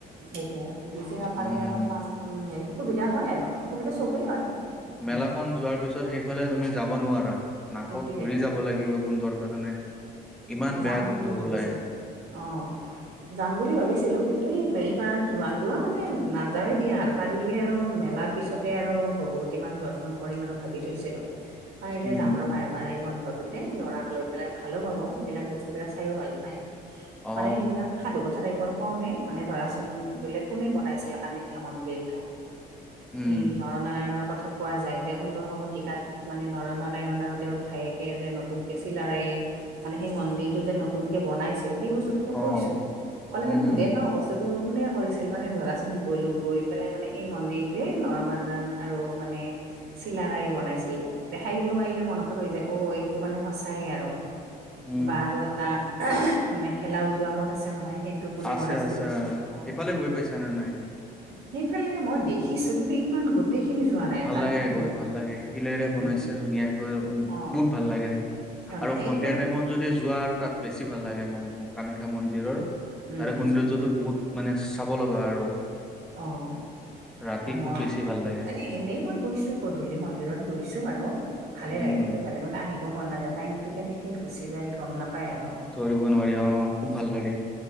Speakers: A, on the right; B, in the centre.
A: সেইটোয়ে বুজি নাপালে
B: উম
A: অলপমান অসুবিধা হয় আৰু অসুবিধা চবেই হয়। উম
B: মেলা খন যোৱাৰ পিছত সেইফালে তুমি যাব নোৱাৰা নাকত
A: সেইটোয়ে
B: ধৰি যাব লাগিব। গোন্ধৰ কাৰণে। ইমান
A: সেয়ে
B: বেয়া
A: যাম
B: গোন্ধ
A: বুলি ভাবিছিলোঁ
B: ওলাই
A: অ'। যাম বুলি ভাবিছিলোঁ কিন্তু এই মেৰিপাৰাত যোৱা যোৱা মানে নাযাৱেই দিয়া আৰু পাৰিলে আৰু মেলাৰ পিছত তাতে আৰু ভগৱতী মাক দৰ্শন কৰিম আৰু ভাবি থৈছিলো। পাৰিলে
B: উম
A: যাম ৰবা এবাৰ এই বন্ধটোতে ল'ৰাক লৈ পেলাই ভালো পাব সেইবিলাক বস্তু বস্তুবিলাক চাইয়ো ভাল পায়
B: অ
A: মানে সেইবিলাক সাধুকথা টাইপৰ কওঁ নে মানে ধৰাচোন বোলে কোনে বনাইছিল কামাখ্যা মন্দিৰটো
B: উম
A: এই নৰনাৰায়ণৰ কথা কোৱা যায়। যে ষোল্লশ শতিকাত মানে নৰ নাৰায়ণ আৰু তেওঁৰ ভায়েকে যে নতুনকে চিলাৰায়ে মানে সেই মন্দিৰটো যে নতুনকে বনাইছিল সেই বস্তুটো কৈছো
B: অ
A: কলে
B: উম
A: মানে
B: হম
A: সোধে ন বস্তুটো কোনে কৰিছিল মানে ধৰাচোন গ'লো গৈ পেলাই মানে এই মন্দিৰটোৱে নৰনাৰায়ণ আৰু মানে চিলাৰায়ে বনাইছিল দেখাই দিব পাৰিলে মনতো ৰৈ যায় অ এইটো মানে সঁচায়ে আৰু।
B: উম
A: বা আৰু এটা মেখেলা উজোৱা পথ আছে নহয়। সেইটো কোনে
B: আছে
A: বনাইছিল
B: আছে
A: এইবলাক কৈ অ'।
B: সেইফালে গৈ পাইছা নে নাই?
A: সেইফালে মই দেখিছো কিন্তু ইমান গোট গোটেই খিনি যোৱা নাই।
B: ভাল
A: তাত
B: লাগে
A: মানে
B: গৈ ভাল লাগে শিলেৰে বনাইছে
A: অ
B: ধুনীয়া উম
A: অ',
B: বহুত ভাল লাগে
A: অ',
B: আৰু সন্ধিয়া
A: এতিয়া বোলে
B: টাইমত যদি যোৱা আৰু তাত বেছি ভাল লাগে মন কামাখ্যা মন্দিৰৰ
A: উম,
B: তাৰে
A: উম,
B: সৌন্দৰ্যটো
A: উম,
B: বহুত মানে চাব লগা আৰু
A: অ',
B: ৰাতি
A: অ',
B: খুব বেছি ভাল লাগে।
A: মানে এনেই মই গৈছো গধূলি মন্দিৰত গৈছো বাৰু ভালে
B: উম,
A: লাগে
B: উম,
A: খুবে ভাল লাগে। মানে আহিব মন নাযায় টাইমতটো কেনেকে গুচি যায় গম নাপায় আৰু।
B: ধৰিব নোৱাৰি অ' খুব ভাল লাগে।